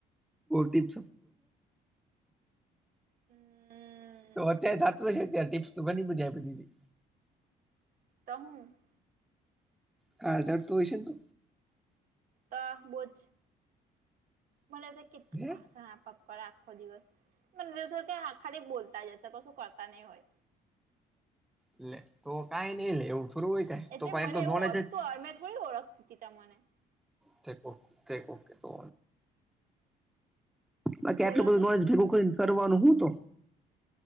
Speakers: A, in the centre; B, on the right.
A: ટ
B: હમ.
A: તો અત્યારે થતતોશે અ્યારે ટીપ્સ તો ઘની બજાયધી.
B: તહું.
A: કારજાર તો હો છે તો.
B: તો બોજ, મને કેટલું
A: હે
B: ભાષણ આપ. આખો દિવસ, મ દ આખા બોલતા જશે કશું કરતા નહી હોય.
A: એટલે તો કઈ નઈ લે એવું થોરું હોય. કાઈ
B: એટલે
A: તો પણ
B: મને
A: એટલું
B: એવું
A: નોલેજ
B: વધતું હો મેં થોડી ઓળખતી તી ત મને.
A: તે તે કોકે તો બાકી
B: બોલો
A: આટલ બધું
B: તો
A: નોલેજ ભેગું કરીને કરવાનું હું તો.